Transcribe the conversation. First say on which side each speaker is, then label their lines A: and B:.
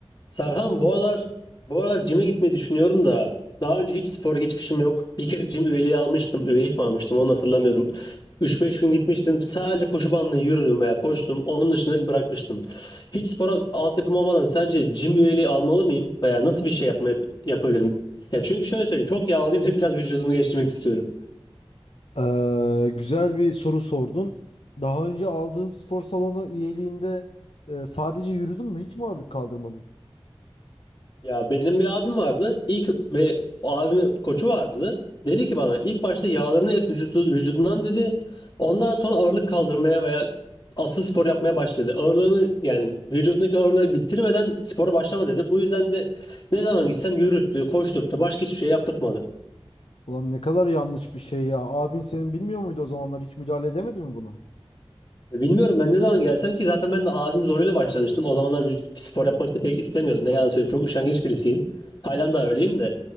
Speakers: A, on the left; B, on the left.
A: Serhan bu aralar, bu aralar cime gitmeyi düşünüyorum da daha önce hiç spor geçmişim yok. Bir kere cim üyeliği almıştım. Üyelik mi almıştım onu hatırlamıyorum. üç beş gün gitmiştim. Sadece koşu bandına yürüdüm veya koştum. Onun dışında bırakmıştım. Hiç spora altyapım olmadan sence cim üyeliği almalı mıyım? Veya nasıl bir şey yapmayı yapabilirim? Ya çünkü şöyle söyleyeyim. Çok yağlıyım ve biraz vücudumu geliştirmek istiyorum.
B: Ee, güzel bir soru sordun. Daha önce aldığın spor salonu üyeliğinde e, sadece yürüdün mü? Hiç mi ağırlık kaldırmadın?
A: Ya benim bir abim vardı. İlk ve o abimin koçu vardı. Dedi ki bana ilk başta yağlarını et vücudu, vücudundan dedi. Ondan sonra ağırlık kaldırmaya veya asıl spor yapmaya başladı. Ağırlığını yani vücudundaki ağırlığı bitirmeden spora başlama dedi. Bu yüzden de ne zaman gitsem yürüttü, koşturttu. Başka hiçbir şey yaptırtmadı.
B: Ulan ne kadar yanlış bir şey ya. Abin senin bilmiyor muydu o zamanlar? Hiç müdahale edemedi mi buna?
A: E, Bilmiyorum ben ne zaman gelsem ki zaten ben de abim zoruyla başlamıştım. O zamanlar vücut spor yapmak da pek istemiyordum. Ne yalan söyleyeyim. Çok üşengeç birisiyim. Halen daha öyleyim de.